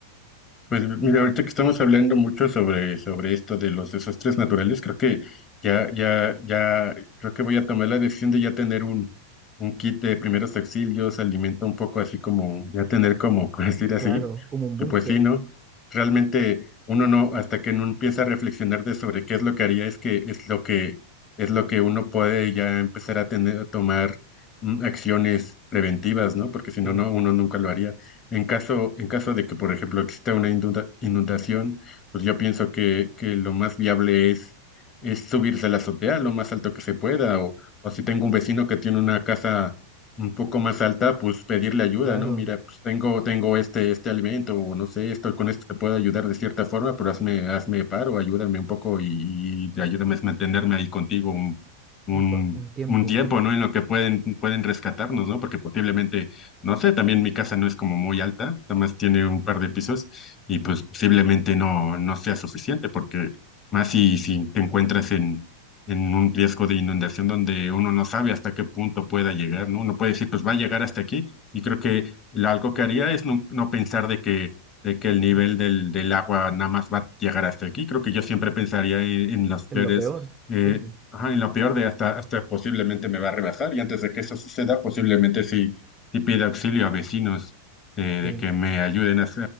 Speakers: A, on the left; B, on the right.
A: Pues mira, ahorita que estamos hablando mucho sobre, sobre esto de los desastres naturales, creo que ya, ya, ya, creo que voy a tomar la decisión de ya tener un, un kit de primeros auxilios, alimento un poco así como, ya tener como, <laughs> por decir así,
B: Claro, como un
A: que
B: búnker,
A: Pues sí, ¿no? Realmente uno no, hasta que no empieza a reflexionar de sobre qué es lo que haría, es que es lo que es lo que uno puede ya empezar a tener, a tomar mm, acciones preventivas, ¿no? Porque si
B: sí,
A: no, no, uno nunca lo haría. En caso, en caso de que, por ejemplo, exista una inunda- inundación, pues yo pienso que, que lo más viable es, es subirse a la azotea lo más alto que se pueda, o, o si tengo un vecino que tiene una casa un poco más alta, pues pedirle ayuda,
B: claro,
A: ¿no? Mira, pues tengo, tengo este, este alimento, o no sé, esto con esto te puedo ayudar de cierta forma, pero hazme, hazme paro, ayúdame un poco y, y ayúdame a mantenerme ahí contigo un, un,
B: un, pa- un tiempo,
A: un tiempo, ¿no? En lo que pueden, pueden rescatarnos, ¿no? Porque posiblemente, no sé, también mi casa no es como muy alta, nada más tiene un par de pisos, y pues posiblemente no, no sea suficiente, porque más si, si te encuentras en en un riesgo de inundación donde uno no sabe hasta qué punto pueda llegar, ¿no? Uno puede decir, pues va a llegar hasta aquí. Y creo que la- algo que haría es no, no pensar de que, de que el nivel
B: mm,
A: del, del agua nada más va a llegar hasta aquí. Creo que yo siempre pensaría en, en las peores,
B: en lo peor,
A: eh,
B: sí, pu,
A: ajá, en lo peor de hasta, hasta posiblemente me va a rebasar. Y antes de que eso suceda, posiblemente sí, sí pida auxilio a vecinos. eh,
B: sí,
A: de que me ayuden a,